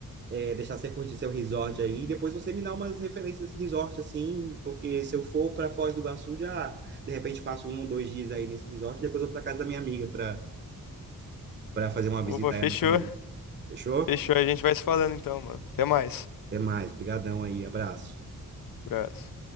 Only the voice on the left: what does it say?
Opa,
fechou.
Fechou. A gente vai se falando então, mano. Até mais.
Abraço.